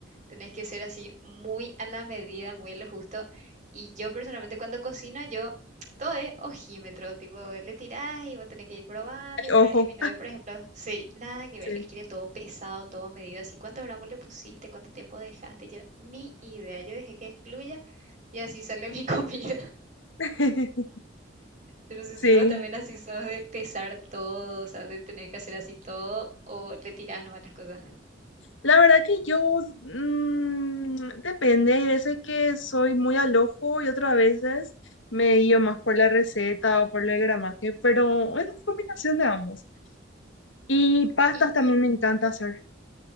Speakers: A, on the right (about 40°); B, on the left (about 75°).
A: tenés que ser así muy a la medida, muy a lo justo. Y yo personalmente cuando cocino, yo todo es ojímetro, tipo, le tirás y vos tenés que ir probando
B: Ay,
A: y saber.
B: Ojo,
A: Y mi novio, por ejemplo, sí, nada que
B: sí.
A: ver, él quiere todo pesado, todo medido, así, cuántos gramos le pusiste, cuánto tiempo dejaste. Yo ni idea, yo dejé que fluya y así sale <laughs> mi comida.
B: <laughs>
A: Yo no sé
B: Sí,
A: si vos también así sos de pesar todo, o sea, de tener que hacer así todo, o le tirás nomás las cosas.
B: la verdad que yo mm, depende, hay veces que soy muy al ojo y otras veces me guío más por la receta o por el gramaje, pero es una combinación de ambos. Y pastas
A: Y,
B: también me encanta hacer.